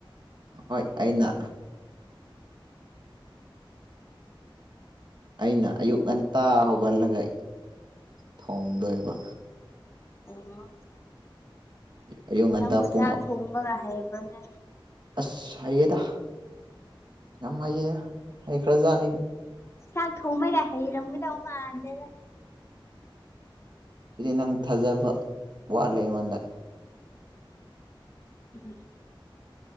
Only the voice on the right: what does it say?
ꯍꯣꯏ ꯑꯩꯅ ꯑꯩꯅ ꯑꯌꯨꯛ ꯉꯟꯇꯥ ꯍꯧꯒꯠꯂꯒ ꯊꯣꯡꯗꯣꯏꯕ
ꯑꯌꯨꯛ ꯉꯟꯇꯥ
ꯄꯨꯡ
ꯑꯁ ꯍꯥꯏꯌꯦꯗ ꯌꯥꯝ ꯍꯩꯌꯦ ꯍꯩꯈ꯭ꯔꯖꯥꯠꯅꯤꯗ
ꯑꯗꯨꯗꯤ ꯅꯪ ꯊꯥꯖꯕ ꯋꯥꯠꯂꯦ ꯑꯩꯉꯣꯟꯗ